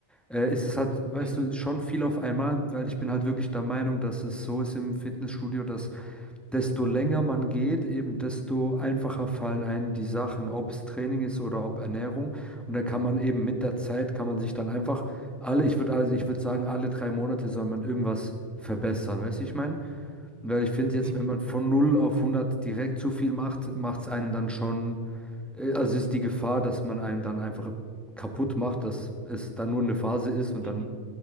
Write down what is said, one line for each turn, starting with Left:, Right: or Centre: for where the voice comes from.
Centre: äh, ist es halt, weißt
Right: Mhm,
Centre: du, schon viel auf einmal, weil ich bin halt wirklich der Meinung, dass es so ist im Fitnessstudio, dass desto länger man geht, eben desto einfacher fallen einem die Sachen, ob es Training ist oder ob Ernährung. Und dann kann man eben mit der Zeit, kann man sich dann einfach alle, ich würde also, ich würde sagen, alle drei Monate soll man irgendwas verbessern, weißt du, ich meine? Weil ich finde jetzt,
Right: mhm,
Centre: wenn man von null auf hundert direkt zu viel macht, macht es einem dann schon, äh, also ist die Gefahr, dass man einem dann einfach kaputt macht, dass es dann nur eine Phase ist und
Right: mhm,
Centre: dann